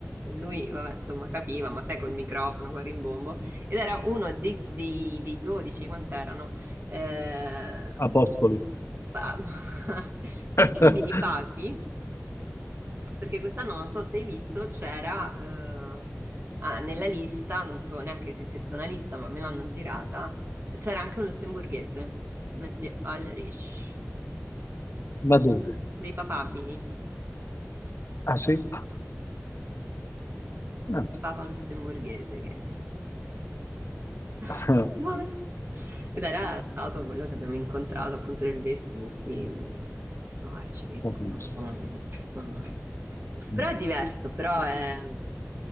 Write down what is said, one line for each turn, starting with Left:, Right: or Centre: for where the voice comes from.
Right: lui, vabbè, insomma, capiva, ma sai, col microfono, col rimbombo, ed era uno dei, dei, dei 12, quant'erano, eh,
Left: Apostoli.
Right: pa- <laughs> possibili
Left: <laughs>
Right: papi, perché quest'anno, non so se hai visto, c'era eh, ah, nella lista, non sapevo neanche che esistesse una lista, ma me l'hanno girata, c'era anche un lussemburghese, Messi Ulrich,
Left: Ma dove?
Right: dei papabili.
Left: Ah, sì?
Right: un
Left: Ah.
Right: papa lussemburghese che... <laughs>
Left: <laughs>
Right: Dove? Ed era stato quello che abbiamo incontrato appunto del vescovo qui, non so, arcivescovo,
Left: Capisco.
Right: non so, non- non- Però
Left: Mm.
Right: è diverso, però è-